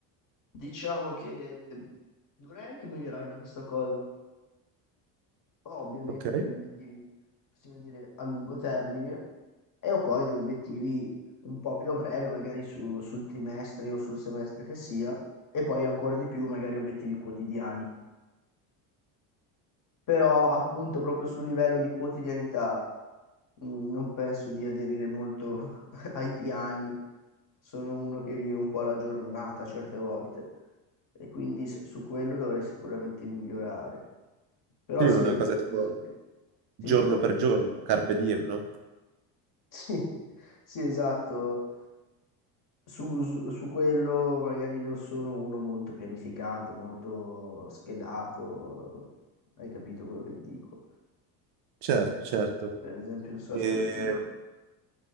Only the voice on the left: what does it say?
Diciamo che dovrei anche migliorare da questa cosa. Ho ovviamente
degli obiettivi, possiamo dire, a lungo termine e ho poi degli obiettivi un po' più a breve, magari su- sul trimestre o sul semestre che sia, e poi ancora di più, magari obiettivi quotidiani. però appunto proprio sul livello di quotidianità mh, non penso di aderire molto <laughs> ai piani, sono uno che vive un po' la giornata certe volte e quindi s- su quello dovrei sicuramente migliorare. Però
sì,
ad
esempio,
sì,
<laughs> sì, sì, esatto. Su, su- su quello magari non sono uno molto pianificato, molto schedato, hai capito quello che dico.
Per esempio, non so,
su, sul-